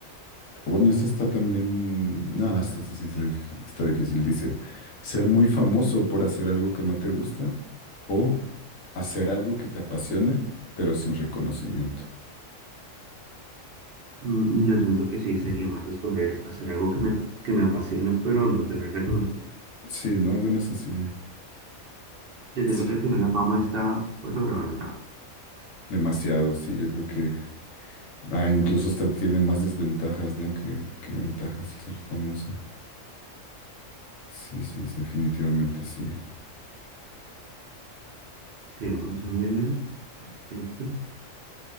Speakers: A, on the left (about 80°); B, on the right (about 60°).
A: Bueno, esta está también. No, esta sí, sí, sí, está difícil. Dice, ser muy famoso por hacer algo que no te gusta o hacer algo que te apasione, pero sin reconocimiento.
B: Mm, Yo siento que sí, sería más escoger hacer algo que me, que me apasione, pero no tener reconocimiento.
A: Sí, no, bueno, es así.
B: Yo
A: sí,
B: siento que al final la fama está pues sobrevalorada.
A: Demasiado, sí, yo creo que Ah, incluso hasta tiene más desventajas, ¿no? Que, que ventajas el ser famoso. Sí, sí, sí, definitivamente sí.
B: Que vamos a ver, ¿qué otro?